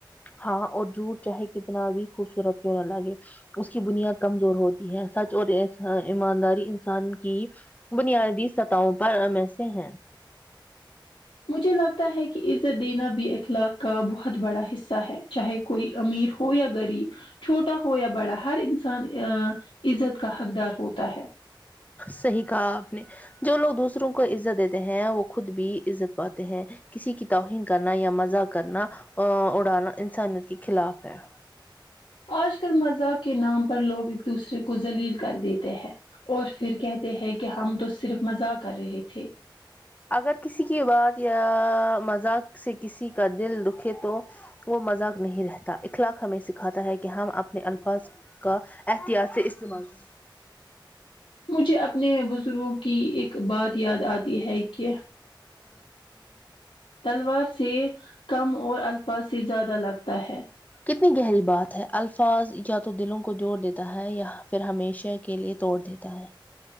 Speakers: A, on the left; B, on the left.
A: ہاں اور جوٹ چاہے کتنا بھی خوبصورت کیوں نہ لگے اس کی بنیاد کمزور ہوتی ہے سچ اور ایمانداری انسان کی بنیادی سطحوں پر ہم میں سےہیں
B: مجھے لگتا ہے کہ عزت دینا بھی اخلاق کا بہت بڑا حصہ ہے چاہے کوئی امیر ہو یا غریب چھوٹا ہو یا بڑا ہر انسان آ عزت کا حقدار ہوتا ہے
A: صحیح کہا آپ نے جو لوگ دوسروں کو عزت دیتے ہیں وہ خود بھی عزت پاتے ہیں کسی کی توہین کرنا یا مزاق کرنا اڑانا انسانیت کے خلاف ہے
B: آج کل مذاق کے نام پر لوگ ایک دوسرے کو ذلیل کر دیتے ہیں اور پھر کہتے ہیں کہ ہم تو صرف مزاق کر رہے تھے
A: اگر کسی کی بات یا آ مذاق سے کسی کا دل دکھے تو وہ مذاق نہیں رہتا اخلاق ہمیں سکھاتا ہے کہ ہم اپنے الفاظ کا احتیاط سے استعمال کر
B: مجھے اپنے بزرگوں کی ایک بات یاد آتی ہے کہ تلوار سے کم اور الفاظ سے زیادہ لگتا ہے
A: کتنی گہری بات ہے الفاظ یا تو دلوں کو جوڑ دیتا ہے یا پھر ہمیشہ کے لیے توڑ دیتا ہے